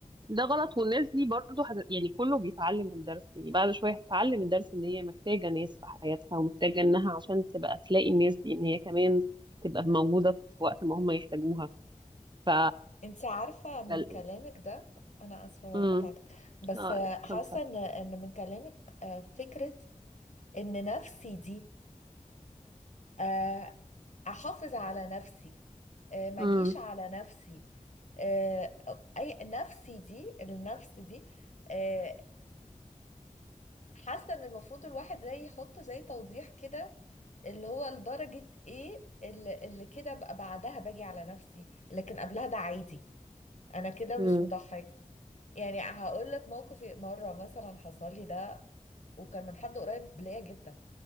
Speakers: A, on the right (about 35°); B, on the left (about 60°).
A: ده غلط والناس دي برضو حد... يعني كله بيتعلم الدرس يعني بعد شويه هتتعلم الدرس ان هي محتاجه ناس في حياتها ومحتاجه انها عشان تبقى تلاقي الناس دي ان هي كمان تبقى موجوده في وقت ما هم يحتاجوها ف
B: انت عارفه من
A: فال-
B: كلامك ده انا اسفه
A: امم
B: قطعتك بس
A: اه
B: آه،
A: لا اتفضل
B: حاسه ان ان من كلامك آه، فكره ان نفسي دي آه، احافظ على نفسي آه، ما
A: امم
B: اجيش على نفسي آه، أو- اي نفسي دي النفس دي آه، حاسه ان المفروض الواحد زي يحط زي توضيح كده اللي هو لدرجه ايه اللي, اللي كده بقى بعدها باجي على نفسي لكن قبلها ده عادي انا كده مش
A: امم
B: مضحيه يعني هقول لك موقف مره مثلا حصل لي ده وكان من حد قريب ليا جدا